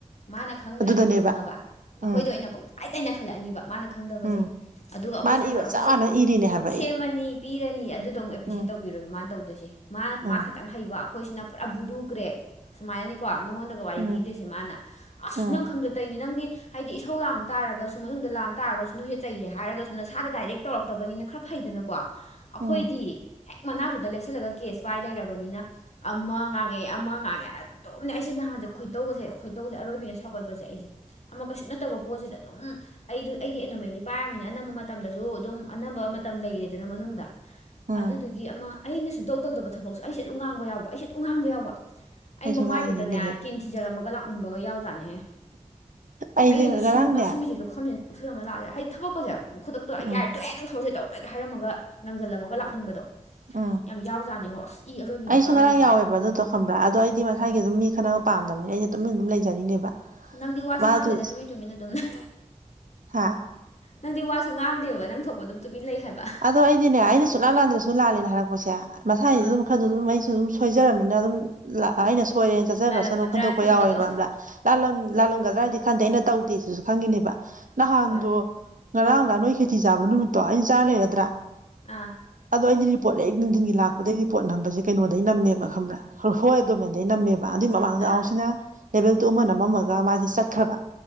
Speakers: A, on the left (about 55°); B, on the right (about 80°).
A: ꯃꯥꯅ ꯈꯪꯗ꯭ꯔꯗꯤꯅꯦ
B: ꯑꯗꯨꯗꯅꯦꯕ
A: ꯈꯪꯉꯕ ꯑꯩꯈꯣꯏꯗ
B: ꯎꯝ
A: ꯑꯣꯏꯅ ꯄꯪꯇꯥꯏ ꯇꯥꯏꯅꯈꯜꯂꯛꯑꯅꯤꯕ ꯃꯥꯅ ꯈꯪꯗꯕꯁꯦ
B: ꯎꯝ
A: ꯑꯗꯨꯒ ꯑꯩꯈꯣꯏꯅ
B: ꯃꯥꯅ ꯏꯕ
A: ꯇꯧꯔꯛꯄꯁꯦ
B: ꯆꯞ ꯃꯥꯟꯅꯅ ꯏꯔꯤꯅꯦ ꯍꯥꯏꯕ
A: ꯁꯦꯝꯃꯅꯤ
B: ꯑꯩ
A: ꯄꯤꯔꯅꯤ ꯑꯗꯨꯗꯣ ꯑꯃꯨꯛ ꯑꯦꯄ꯭ꯔꯤꯁꯦꯠ
B: ꯎꯝ
A: ꯇꯧ ꯕꯤꯔꯣꯏꯕ ꯃꯥꯅ ꯇꯧꯗꯣꯏꯁꯦ ꯃꯥꯅ
B: ꯎꯝ
A: ꯃꯥ ꯈꯇꯪ ꯍꯩꯕ ꯑꯩꯈꯣꯏꯁꯤꯅ ꯄꯨꯔꯥ ꯕꯨꯗꯨ ꯀ꯭ꯔꯦꯛ ꯁꯨꯃꯥꯏꯅꯅꯤꯀꯣ ꯃꯤꯉꯣꯟꯗꯒ ꯒ ꯋꯥꯔꯤ
B: ꯎꯝ
A: ꯂꯤꯗꯣꯏꯁꯦ ꯃꯥꯅ ꯑꯁ
B: ꯎꯝ
A: ꯅꯪ ꯈꯪꯗ ꯇꯧꯅꯤ ꯅꯪꯗꯤ ꯍꯥꯏꯗꯤ ꯏꯁꯧ ꯂꯥꯡ ꯇꯥꯔꯒꯁꯨ ꯃꯅꯨꯡꯗ ꯂꯥꯡ ꯇꯥꯔꯒꯁꯨ ꯅꯣꯏꯁꯦ ꯆꯩꯔꯦ ꯍꯥꯏꯔꯒꯁꯨ ꯅꯁꯥꯗ ꯗꯥꯏꯔꯦꯛ ꯇꯧꯔꯛꯇꯕꯅꯤꯅ ꯈꯔ ꯐꯩꯗꯅꯀꯣ ꯑꯩꯈꯣꯏꯗꯤ
B: ꯎꯝ
A: ꯍꯦꯛ ꯃꯅꯥꯛꯇꯨꯗ ꯂꯦꯞꯁꯤꯜꯂꯒ ꯀꯦꯁ ꯄꯥꯏ ꯂꯩꯔꯕꯅꯤꯅ ꯑꯃ ꯉꯥꯡꯉꯦ ꯑꯃ ꯉꯥꯡꯉꯦ ꯑꯗ ꯗꯨꯝꯅꯦ ꯑꯩꯁꯦ ꯅꯍꯥꯟꯁꯦ ꯈꯣꯏꯗꯧꯒꯁꯦ ꯈꯣꯏꯗꯧꯁꯦ ꯑꯔꯣꯏꯕꯤꯅꯦ ꯁꯥꯎꯒꯠꯄꯁꯦ ꯑꯩꯁꯦ ꯑꯃ ꯀꯩꯁꯨ ꯅꯠꯇꯕ ꯄꯣꯠꯁꯤꯗ ꯑꯗꯨꯝ ꯑꯩꯗꯨ ꯑꯩꯗꯤ ꯑꯦꯅꯣꯃꯦꯂꯤ ꯄꯥꯏꯔꯃꯤꯅ ꯑꯅꯝꯕ ꯃꯇꯝꯗꯖꯨ ꯑꯗꯨꯝ ꯑꯅꯝꯕ ꯃꯇꯝ ꯂꯩꯔꯦꯗꯅ ꯃꯅꯨꯡꯗ
B: ꯎꯝ
A: ꯑꯗꯨꯗꯨꯒꯤ ꯑꯃ ꯑꯩ ꯁꯨꯡꯇꯧ ꯇꯧꯗꯕ ꯊꯕꯛꯁꯨ ꯑꯩꯁꯦ ꯑꯗꯨꯝ ꯉꯥꯡꯕ ꯌꯥꯎꯕ ꯑꯩꯁꯦ ꯑꯗꯨꯝ ꯉꯥꯡꯕ ꯌꯥꯎꯕ ꯑꯩ
B: ꯑꯩꯁꯨ
A: ꯃꯃꯥꯏꯗꯨꯗꯅꯦ
B: ꯉꯥꯡꯉꯤꯅꯤꯅꯦꯍꯦ
A: ꯀꯤꯟ ꯊꯤꯖꯤꯜꯂꯝꯃꯒ ꯂꯥꯛꯅꯤꯡꯕꯒ ꯌꯥꯎꯖꯥꯠꯅꯦꯍꯦ
B: ꯑꯩꯁꯦ
A: ꯑꯩꯅ
B: ꯉꯔꯥꯡꯅꯦ
A: ꯃꯁꯤ ꯃꯁꯤ ꯃꯤꯁꯤ ꯂꯧꯈꯝꯁꯤ ꯁꯤꯟꯂꯒ ꯂꯥꯛꯑꯁꯤꯔ ꯍꯥꯏꯗꯤ ꯊꯕꯛꯀꯁꯦ ꯑꯃ ꯈꯨꯗꯛꯇ
B: ꯎꯝ
A: ꯅꯪ ꯊꯕꯛꯁꯦ ꯇꯧꯔꯣꯏꯒ ꯍꯥꯏꯔꯝꯃꯒ ꯅꯪꯁꯤꯜꯂꯝꯃꯒ ꯂꯥꯛꯅꯤꯡꯕꯗꯣ
B: ꯎꯝ
A: ꯌꯥꯝ ꯌꯥꯎꯖꯥꯠꯅꯤꯉꯣ ꯑꯁ ꯏ ꯑꯔꯣꯏꯕꯤꯅꯦ
B: ꯑꯩꯁꯨ
A: ꯀꯥꯔꯤꯁꯦ
B: ꯉꯔꯥꯡ ꯌꯥꯎꯋꯦꯕ ꯑꯗꯨꯗꯣ ꯈꯪꯕ꯭ꯔꯥ ꯑꯗꯣ ꯑꯩꯗꯤ ꯃꯁꯥꯒꯤ
A: ꯎꯝ
B: ꯑꯗꯨꯝ ꯃꯤ ꯈꯠꯅꯕ ꯄꯥꯝꯗꯕꯅꯤ ꯑꯩꯩꯅ ꯇꯨꯃꯤꯟꯅ ꯑꯗꯨꯝ ꯂꯩꯖꯔꯤꯅꯦꯕ
A: ꯅꯪꯗꯤ ꯋꯥꯁꯨ
B: ꯃꯥꯗꯨ
A: ꯉꯥꯡꯗꯦꯗ ꯇꯨꯃꯤꯟ ꯇꯨꯃꯤꯟꯅ ꯑꯗꯨꯝ ꯂꯩ
B: ꯍꯥ
A: ꯅꯪꯗꯤ ꯋꯥꯁꯨ ꯉꯥꯡꯗꯦꯕ ꯅꯪ ꯊꯣꯛꯄ ꯑꯗꯨꯝ ꯇꯨꯝꯃꯤꯟ ꯂꯩ ꯍꯥꯏꯕ
B: ꯑꯗꯣ ꯑꯩꯗꯤꯅꯦ ꯑꯩꯅ ꯁꯨꯛꯂꯥꯟ ꯂꯥꯟꯗ꯭ꯔꯁꯨ ꯂꯥꯜꯂꯅ ꯍꯥꯏꯔꯛꯄꯁꯦ ꯃꯁꯥꯒꯤꯗꯤ
A: ꯑꯥ
B: ꯑꯗꯨꯝ ꯈꯔꯗ ꯑꯗꯨꯝ ꯑꯩꯁꯨ ꯑꯗꯨꯝ ꯁꯣꯏꯖꯔꯕꯅꯤꯅ ꯑꯗꯨꯝ ꯂ ꯑꯩꯅ ꯁꯣꯏꯔꯦꯅ ꯆꯠꯆꯈ꯭ꯔꯁꯅꯨ
A: ꯂꯥꯜꯂꯝꯃꯗ꯭ꯔꯥ
B: ꯈꯟꯗꯣꯛꯄ
A: ꯈꯟꯕꯗꯣ
B: ꯌꯥꯎꯋꯦꯕ ꯈꯪꯕꯔꯥ ꯂꯥꯜꯂꯝ ꯂꯥꯜꯂꯝꯒꯗ꯭ꯔꯗꯤ ꯈꯟꯗꯦ ꯑꯩꯅ ꯇꯧꯗꯦ ꯁꯤꯁꯨ ꯈꯪꯉꯤꯅꯦꯕ ꯅꯍꯥꯟꯗꯣ
A: ꯍꯣꯏ
B: ꯉꯔꯥꯡ ꯂ ꯅꯣꯏ ꯈꯦꯆꯤ ꯆꯥꯕ ꯅꯨꯃꯤꯠꯇꯣ ꯑꯩ ꯆꯥꯔ ꯂꯩꯔꯗ꯭ꯔꯥ
A: ꯑꯥ
B: ꯑꯗꯣ ꯑꯩꯗꯤ ꯔꯤꯄꯣꯠ ꯍ ꯅꯨꯡꯊꯤꯟꯒꯤ ꯂꯥꯛꯄꯗꯒꯤ ꯔꯤꯄꯣꯠ ꯅꯝꯕꯁꯦ ꯀꯩꯅꯣꯗꯒꯤ ꯅꯝꯃꯦꯕ ꯈꯪꯕ꯭ꯔꯥ ꯍꯣꯏ ꯍꯣꯏ ꯑꯗꯨꯃꯦꯟꯗꯩ ꯅꯝꯃꯦꯕ ꯑꯗꯨꯏ ꯃꯃꯥꯡꯗ
A: ꯑꯥ
B: ꯑꯍꯥꯎꯁꯤꯅ ꯂꯦꯚꯦꯜ ꯇꯨ ꯑꯃ ꯅꯝꯃꯝꯃꯒ ꯃꯥꯁꯦ ꯆꯠꯈ꯭ꯔꯕ